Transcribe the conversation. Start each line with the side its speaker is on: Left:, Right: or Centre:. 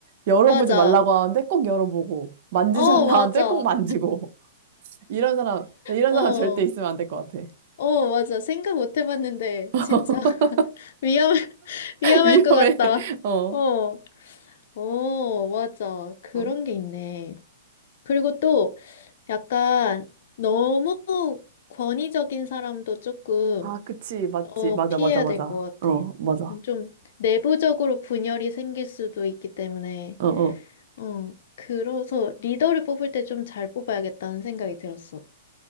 Right: 열어보지
Left: 맞아.
Right: 말라고 하는데 꼭 열어보고. 만지지
Left: 어,
Right: 말라고
Left: 맞아.
Right: 하는데 꼭 만지고. <laughs> 이런 사람, 이런
Left: 어,
Right: 사람 절대 있으면 안 될 것 같아.
Left: 어, 맞아. 생각 못 해봤는데,
Right: <laughs>
Left: 진짜 <laughs> 위험, <laughs> 위험할
Right: 위험해.
Left: 것 같다.
Right: <laughs> 어.
Left: 어. 어, 맞아. 그런
Right: 어.
Left: 게 있네. 그리고 또 약간 너무 권위적인 사람도 조금
Right: 아, 그치. 맞지.
Left: 어,
Right: 맞아,
Left: 피해야
Right: 맞아, 맞아.
Left: 될 것 같아.
Right: 어,
Left: 약간
Right: 맞아.
Left: 좀 내부적으로 분열이 생길 수도 있기 때문에
Right: 어, 어.
Left: 어, 그래서 리더를 뽑을 때 좀 잘 뽑아야겠다는 생각이 들었어.